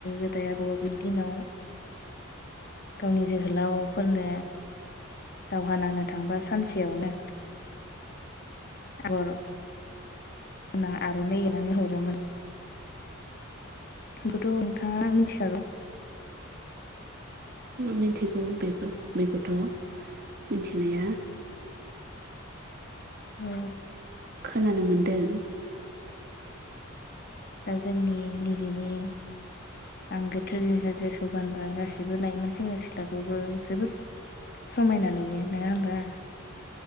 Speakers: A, on the left; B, on the right.
A: गोदाय आब' बिनि दिनाव गावनि जोहोलावफोरनो दावहा नांनो थांबा सानसेयावनो आगर ग आर'नाइ एनानै हरोमोन। आखौथ' नोंथाङा मिथिखागौ।
B: मिथिगौ बेफोर बेखौथ' मिथिनाया
A: ओ
B: खोनानो मोन्दों।
A: दा जोंनि निजेनि आंगो ट्रेडिनेसेल जेस' गानबा गासिबो लायोमोन सेंग्रा सिख्लाखौबो जोबोद समायना नुयो नोङा होनबा